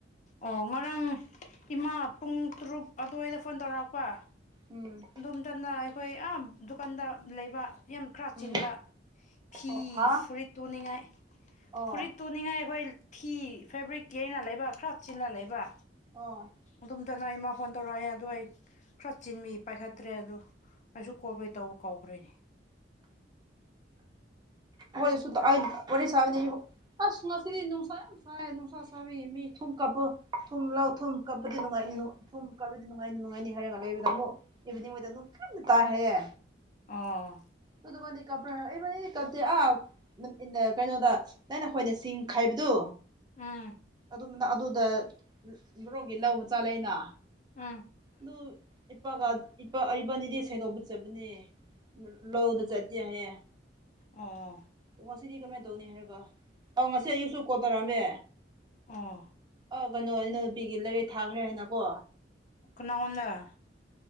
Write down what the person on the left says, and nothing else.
ꯑꯣ ꯉꯔꯥꯡ ꯏꯃꯥ ꯄꯨꯡ ꯇꯔꯨꯛ ꯑꯗꯨꯋꯥꯏꯗ ꯐꯣꯟ ꯇꯧꯔꯛꯄ
ꯑꯗꯣꯝꯇꯅ ꯑꯩꯈꯣꯏ ꯑꯤ ꯗꯨꯀꯥꯟꯗ ꯂꯩꯕ ꯌꯥꯝ ꯈꯔ
ꯆꯤꯟꯕ ꯐꯤ
ꯐꯨꯔꯤꯠ ꯇꯨꯅꯤꯡꯉꯥꯏ
ꯐꯨꯔꯤꯠ ꯇꯨꯅꯤꯡꯉꯥꯏ ꯑꯩꯈꯣꯏ ꯐꯤ ꯐꯦꯕ꯭ꯔꯤꯛ ꯌꯩꯅ ꯂꯩꯕ ꯈꯔ ꯆꯤꯟꯅ ꯂꯩꯕ
ꯑꯗꯨ ꯃꯇꯅ ꯑꯩ ꯏꯃꯥ ꯐꯣꯟ ꯇꯧꯔꯛꯑꯦ ꯑꯗꯣ ꯑꯩ ꯈꯔ ꯆꯤꯟꯕꯤ ꯄꯥꯏꯈꯠꯇ꯭ꯔꯦ ꯑꯗꯨꯗ ꯑꯩꯁꯨ ꯀꯣꯜ ꯕꯦꯛ ꯇꯧꯕ ꯀꯥꯎꯈ꯭ꯔꯦꯅꯦ
ꯑꯥꯎ
ꯎꯝ
ꯎꯝ
ꯑꯥ
ꯑꯥ
<unintelligible>